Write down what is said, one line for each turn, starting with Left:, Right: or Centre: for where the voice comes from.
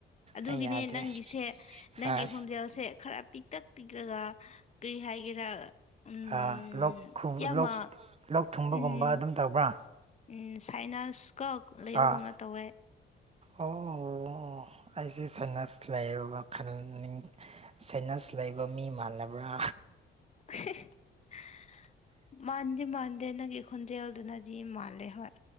Left: ꯑꯗꯨꯒꯤꯅꯦ
Right: ꯑꯩ ꯌꯥꯗ꯭ꯔꯦ
Left: ꯅꯪꯒꯤꯁꯦ ꯅꯪꯒꯤ
Right: ꯍꯣꯏ
Left: ꯈꯣꯟꯖꯦꯜꯁꯦ ꯈꯔ ꯄꯤꯛꯇꯛ ꯄꯤꯛꯈ꯭ꯔꯒ ꯀꯔꯤ ꯍꯥꯏꯒꯦꯔꯥ ꯎꯝ
Right: ꯑꯥ ꯂꯣꯛ ꯈꯨꯕ
Left: ꯌꯥꯝꯃ
Right: ꯂꯣꯛ ꯂꯣꯛ ꯊꯨꯡꯕꯒꯨꯝꯕ
Left: ꯎꯝ
Right: ꯑꯗꯨꯝ ꯇꯧꯕ꯭ꯔꯥ
Left: ꯎꯝ ꯁꯥꯏꯅꯥꯁꯀ ꯂꯩꯕꯒꯨꯝꯕ
Right: ꯑꯥ
Left: ꯇꯧꯋꯦ
Right: ꯑꯣ ꯑꯩꯁꯦ ꯁꯥꯏꯅꯁ ꯂꯩꯔꯕ ꯈꯜꯂꯤꯅꯤ ꯁꯥꯏꯅꯁ ꯂꯩꯕ ꯃꯤ ꯃꯥꯜꯂꯥꯕ꯭ꯔꯥ
Left: <unintelligible> <inaudible> ꯃꯥꯟꯗꯤ ꯃꯥꯟꯗꯦ ꯅꯪꯒꯤ ꯈꯣꯟꯖꯦꯜꯗꯨꯅꯗꯤ ꯃꯥꯜꯂꯦ ꯍꯣꯏ